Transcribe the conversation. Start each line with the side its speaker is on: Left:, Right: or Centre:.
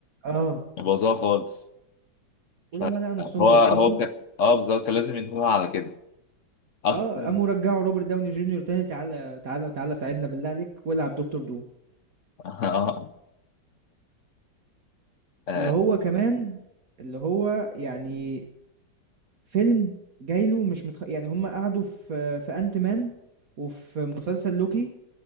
Right: آه،
Left: باظها خالص
Right: ولمّا
Left: ف-
Right: لقوا نَفْسهم
Left: هو
Right: بيغطسوا
Left: هو كان اه بالظبط كان لازم ينهوها على كده اكتر
Right: آه، قاموا رجّعوا Robert Downey Junior تاني تعالَ، تعالَ، تعالَ ساعدنا بالله عليك والعب دكتور دوم.
Left: <laughs> آه. آه.
Right: اللي هو كمان اللي هو يعني فيلم جاي له مش متخ يعني هم قعدوا في في Ant Man وفي مسلسل لوكي